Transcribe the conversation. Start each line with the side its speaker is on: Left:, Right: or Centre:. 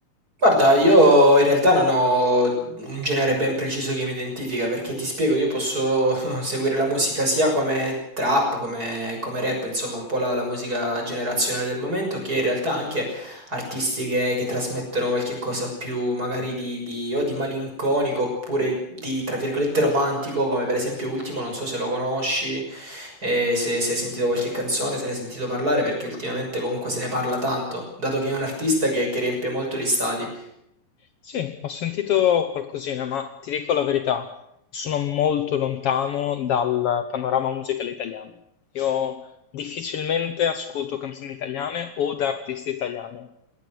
Right: Guarda, io in realtà non ho un genere ben preciso che mi identifica, perché ti spiego, io posso <laughs> seguire la musica sia come trap, come, come rap, insomma, un po' la, la musica generazionale del momento, che in realtà anche artisti che, che trasmettono qualche cosa più magari di, di- o di malinconico oppure di, tra virgolette, romantico, come per esempio Ultimo, non so se lo conosci, e se, se hai sentito qualche canzone, se ne hai sentito parlare, perché ultimamente comunque se ne parla tanto, dato che è un artista che che riempie molto gli stadi.
Left: Sì, ho sentito qualcosina, ma ti dico la verità, sono molto lontano dal panorama musicale italiano. Io difficilmente ascolto canzoni italiane o da artisti italiani.